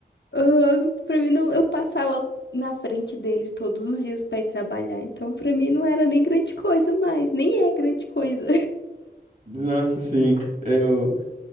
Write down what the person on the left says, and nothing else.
Ah, pra mim não, eu passava na frente deles todos os dias pra ir trabalhar. Então pra mim não era nem grande coisa mais, nem é grande coisa.